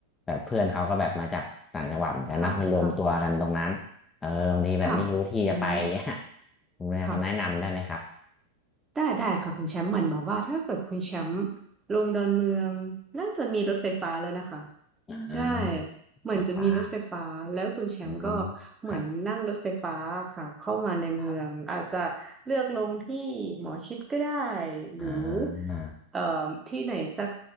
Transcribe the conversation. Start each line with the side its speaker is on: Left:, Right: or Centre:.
Left: แบบเพื่อนเขาก็แบบมาจากต่างจังหวัดเหมือนกันนะมันรวมตัวกันตรงนั้นเออบางทีแบบไม่รู้ที่จะไป
Right: ค่ะค่ะค่ะอืม
Left: <laughs> เนี่ยคุณแม่คนแนะนำได้ไหมครับ
Right: ค่ะ ได้ได้ค่ะคุณแชมป์เหมือนบอกว่าถ้าเกิดคุณแชมป์ลงดอนเมืองน่าจะมีรถไฟฟ้าแล้วนะคะ
Left: อ่า
Right: ใช่เหมือนจะมีรถไฟฟ้าแล้วคุณแชมป์ก็
Left: โอ้ฟ้าอืมครับ
Right: เหมือนนั่งรถไฟฟ้าค่ะเข้ามาในเมืองอาจจะเลือกลงที่หมอชิดก็ได้
Left: ครับ
Right: หรือ
Left: อ่า
Right: เอ่อที่ไหนสัก